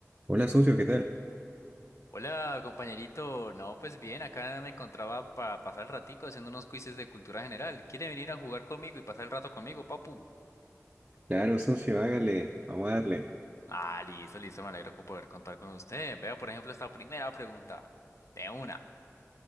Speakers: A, on the right; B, on the left.
A: Hola, socio, ¿qué tal?
B: Hola, compañerito. No, pues bien, acá me encontraba para pasar el ratico haciendo unos quizzes de cultura general. ¿Quiere venir a jugar conmigo y pasar el rato conmigo, papu?
A: Claro, socio, hágale, vamos a darle.
B: Ah, listo, listo, me alegro con poder contar con usted. Vea, por ejemplo, esta primera pregunta. De una.